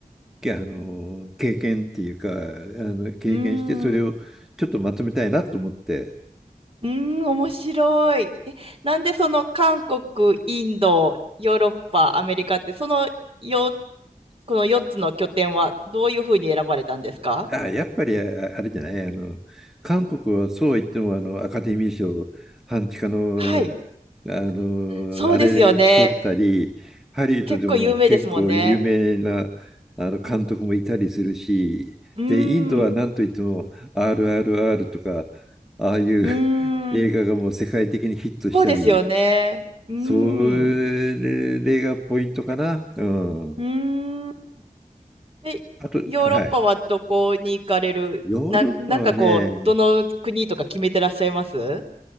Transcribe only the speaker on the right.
うん、うん、面白い。え、なんでその韓国、インド、ヨーロッパ、アメリカって、そのよ、この4つの拠点はどういうふうに選ばれたんですか
はい。
そうですよね。
結構有名ですもんね。うーん。
う
ーん。
そうですよね。うーん。
うーん。え、
ヨーロッパはどこに行かれるな、
なんかこう、どの国とか決めてらっしゃいますう